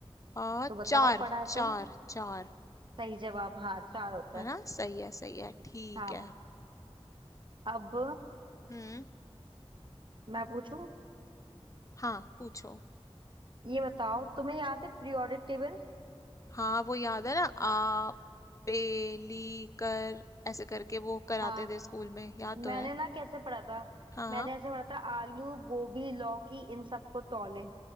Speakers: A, on the left; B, on the right.
A: आ
B: तो बताओ
A: चार
B: पढ़ा है
A: चार
B: तो
A: चार
B: सही जवाब हाँ चार होता
A: है
B: है
A: ना सही है सही है ठीक
B: हाँ
A: है
B: अब
A: हम्म
B: मैं पूछूं
A: हाँ पूछो
B: ये बताओ तुम्हें याद है पीरियोडिक टेबल
A: हाँ वो याद है ना आ बेली कर ऐसे करके वो कराते
B: हाँ
A: थे स्कूल में याद तो
B: मैंने
A: है
B: ना कैसे पढ़ा था
A: हाँ
B: मैंने ऐसे पढ़ा था आलू गोभी लौकी इन सबको तौले